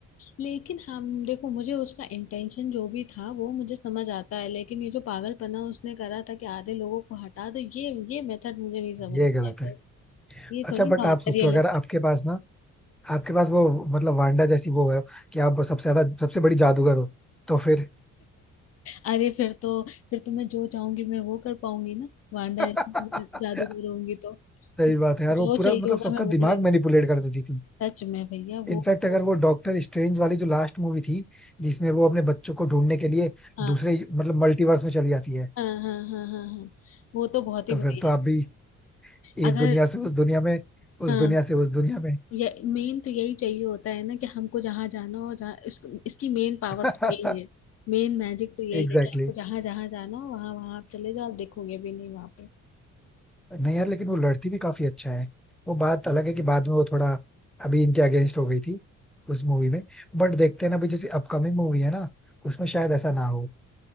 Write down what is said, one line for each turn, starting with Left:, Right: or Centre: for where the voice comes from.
Left: लेकिन हम देखो मुझे उसका इंटेंशन जो भी था वो मुझे समझ आता है लेकिन ये जो पागलपना उसने करा था कि आधे लोगों को हटा दो ये ये मेथड मुझे नहीं समझ
Centre: ये गलत
Left: आता
Centre: है
Left: ये
Centre: अच्छा
Left: थोड़ी ना
Centre: बट
Left: होता
Centre: आप सोचो
Left: रियलिस्टिक
Centre: अगर आपके पास ना आपके पास वो मतलब वांडा जैसी वो है कि आप सबसे ज्यादा सबसे बड़ी जादूगर हो तो फिर
Left: अरे फिर तो फिर तो मैं जो चाहूंगी मैं वो कर पाऊंगी ना वांडा
Centre: <laughs>
Left: जैसी जादूगर होंगी तो
Centre: सही
Left: जो
Centre: बात है यार वो
Left: चाहिए
Centre: पूरा मतलब
Left: होगा
Centre: सबका
Left: मैं वो
Centre: दिमाग
Left: ले लूंगी।
Centre: मैनिपुलेट कर देती थी
Left: सच में भैया वो
Centre: इनफैक्ट अगर
Left: वो-
Centre: वो डॉक्टर स्ट्रेंज वाली जो लास्ट मूवी थी जिसमें वो अपने बच्चों को ढूंढने के लिए
Left: हाँ
Centre: दूसरे मतलब मल्टीवर्स में चली जाती है
Left: हाँ हाँ हाँ हाँ हाँ वो तो बहुत ही
Centre: तो
Left: बढ़िया
Centre: फिर तो आप
Left: है।
Centre: भी
Left: अगर
Centre: इस दुनिया से उस दुनिया में
Left: हाँ
Centre: उस दुनिया से उस दुनिया में
Left: ये मेन तो यही चाहिए होता है ना कि हमको जहाँ जाना हो जहाँ इसको इसकी मेन पावर
Centre: <laughs>
Left: तो यही है मेन मैजिक तो यही
Centre: एग्जैक्टली
Left: है कि आपको जहाँ जहाँ जाना हो वहाँ वहाँ आप चले जाओ आप देखोगे भी नहीं वहाँ पे
Centre: नहीं यार लेकिन वो लड़ती भी काफी अच्छा है वो बात अलग है कि बाद में वो थोड़ा अभी इनके अगेंस्ट हो गई थी उस मूवी में बट देखते हैं ना अभी जैसे अपकमिंग मूवी है ना उसमें शायद ऐसा ना हो